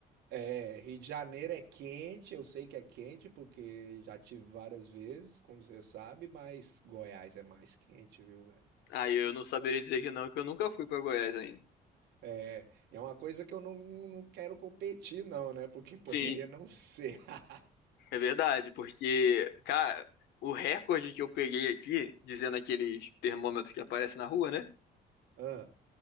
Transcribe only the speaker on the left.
Aí eu não saberia dizer que não, que eu nunca fui pra Goiás ainda.
Sim,
é verdade, porque, cara, o recorde que eu peguei aqui, dizendo aqueles termômetros que aparecem na rua, né?